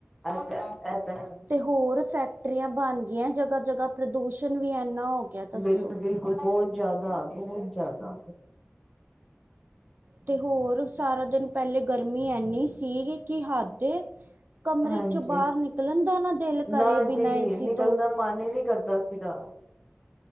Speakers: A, in the centre; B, on the right (about 45°).
A: ਐ ਤਾ ਐ ਤਾ ਹੈ।
B: ਤੇ ਹੋਰ ਫੈਕਟਰੀਆਂ ਬਣ ਗੀਆਂ ਜਗਾ-ਜਗਾ ਪ੍ਰਦੂਸ਼ਣ ਵੀ ਏਨਾ ਹੋ ਗਿਆ ਦੱਸੋ।
A: ਬਿਲਕੁਲ-ਬਿਲਕੁਲ ਬੋਹ ਜਆਦਾ ਬੋਹਤ ਜ਼ਾਦਾ।
B: ਤੇ ਹੋਰ ਸਾਰਾ ਦਿਨ ਪੈਲੇ ਗਰਮੀ ਏਨੀ ਸੀਗੀ ਕਿ ਹੱਦ ਐ। ਕਮਰੇ
A: ਹਾਂਜੀ
B: ਚੋਂ ਬਾਰ ਨਿਕਲਨ ਦਾ ਨਾ ਦਿਲ ਕਰੇ
A: ਨਾ
B: ਬਿਨਾਂ
A: ਜੀ
B: ਏਸੀ
A: ਨਿਕਲ
B: ਤੋਂ।
A: ਦਾ ਮਨ ਈ ਨੀ ਕਰਦਾ ਸੀਗਾ,